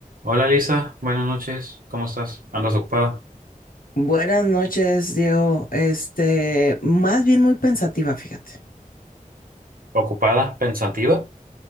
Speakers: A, on the right (about 80°); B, on the left (about 75°).
A: Hola Lisa, buenas noches, ¿cómo estás? ¿Andas ocupada?
B: Buenas noches, Diego. Este, más bien muy pensativa, fíjate.
A: ¿Ocupada? ¿Pensativa?